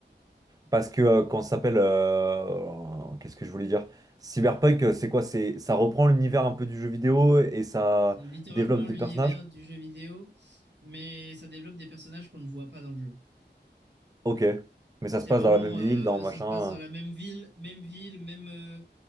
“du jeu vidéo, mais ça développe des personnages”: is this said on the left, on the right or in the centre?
Right